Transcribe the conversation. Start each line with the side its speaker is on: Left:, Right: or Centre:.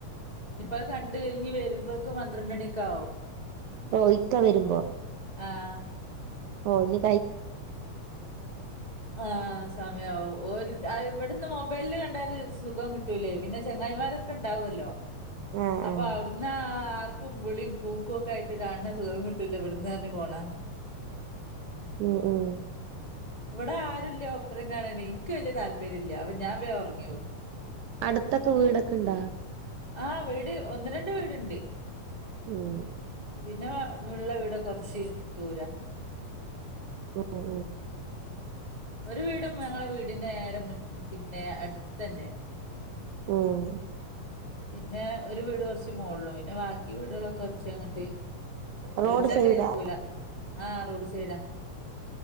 Left: ഇപ്പ അത് കണ്ട് കഴിഞ്ഞ് വരുമ്പോക്കും പന്ത്രണ്ടണിക്കാവും
Right: ഒയ്ക്ക വരുമ്പോ
Left: ആ
Right: ഓന്
Left: ആ സമയാവും ഓൽക്ക് അത് ഇവട്ന്ന് മൊബൈലിൽ ടര് സുഖം കിട്ടൂലേ പിന്നെ ചങ്ങായിമാരൊക്കെ ഉണ്ടാവല്ലോ
Right: ആഹ്
Left: അപ്പൊ
Right: ആഹ്
Left: അവിടന്ന് ആർപ്പും വിളിം കൂകൊക്കായിട്ട് കാണണ സുഖം കിട്ടൂല ഇവട്ന്ന് അർഞ്ഞ പോണ
Right: ഉം ഉം
Left: ഇവിടെ ആരുല്ല ഒപ്പരം കാണനയ് എനിക്ക് വലിയ താല്പര്യം ഇല്ല അവ ഞാൻ വേ ഉറങ്ങി പോവും
Right: അടുത്തൊക്കെ വീടൊക്കെ ഇണ്ടാ
Left: ആ വീട് ഒന്ന് രണ്ട് വീട് ണ്ട്
Right: ഉം
Left: പിന്നെ വള്ള വീടെ കൊറച്ച് ദൂരാ
Right: ഒ ഓ
Left: ഒരു വീടും ഞങ്ങളെ വീടിന്റെ നേര മുൻ പിന്നെ അടുത്തന്നെ
Right: ഉം
Left: പിന്നെ ഒരു വീട് കുറച്ച് മോള്ളു പിന്നെ ബാക്കി വീടുകളൊക്കെ കുറച്ച് അങ്ങട്ട്
Right: റോഡ്
Left: വിളിച്ചാ
Right: സൈഡാ
Left: കേക്കൂല ആ റോഡ് സൈഡാ